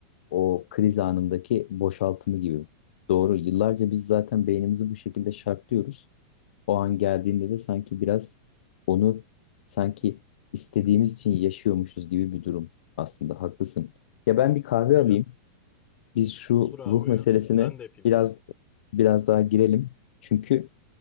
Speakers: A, on the left; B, on the left.
A: o kriz anındaki boşaltımı gibi. Doğru. Yıllarca biz zaten beynimizi bu şekilde şartlıyoruz. O an geldiğinde de sanki biraz onu sanki istediğimiz için yaşıyormuşuz gibi bir durum. Aslında haklısın. Ya ben bir kahve
B: Öyle.
A: alayım. biz şu
B: Olur abi
A: ruh
B: ya.
A: meselesine
B: Ben de yapayım.
A: biraz biraz daha girelim. Çünkü